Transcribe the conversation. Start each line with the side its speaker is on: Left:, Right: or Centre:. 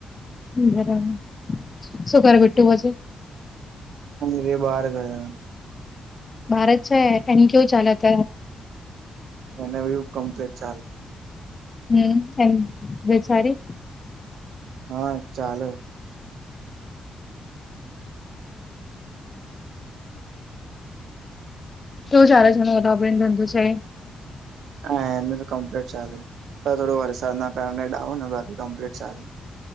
Left: બરાબર શું કરબટું હજે
Right: મેરે બહાર ગયા
Left: ભારત છે એનક્યુ ચાલત
Right: એને કમ્પ્લીટ
Left: હમ થ સારી.
Right: હા ચાલે.
Left: તું સારા જ આપને ધંધો છે.
Right: હા એનું કમ્પ્લીટ ચાલે થોડો વરસાદ કારણે ડાઉન ને બાકી કમ્પ્લીટ ચાલે.